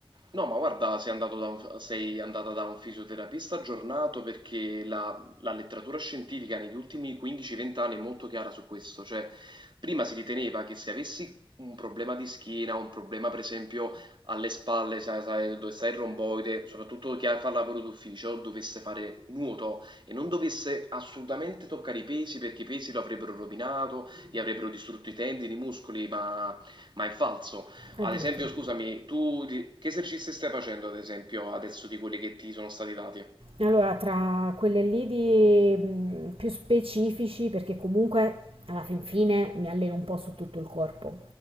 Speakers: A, on the right; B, on the right.
A: No, ma guarda, sei andato da un- sei andata da un fisioterapista aggiornato perché la, la letteratura scientifica negli ultimi 15-20 anni è molto chiara su questo. Cioè, prima si riteneva che se avessi un problema di schiena, un problema per esempio alle spalle, sai, sai, dove sta il romboide, soprattutto chi fa lavoro d'ufficio, dovesse fare nuoto e non dovesse assolutamente toccare i pesi perché i pesi lo avrebbero rovinato, gli avrebbero distrutto i tendini, i muscoli, ma ma è falso.
B: Addirittura.
A: Ad esempio, scusami, tu di- che esercizi stai facendo, ad esempio, adesso di quelli che ti sono stati dati?
B: Allora, tra quelle lì di, mhmm, più specifici, perché comunque alla fin fine mi alleno un po' su tutto il corpo,